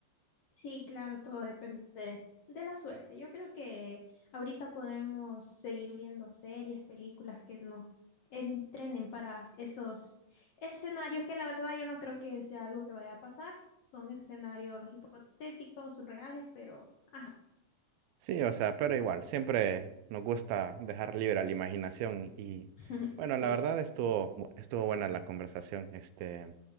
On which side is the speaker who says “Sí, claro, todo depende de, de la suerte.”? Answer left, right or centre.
Left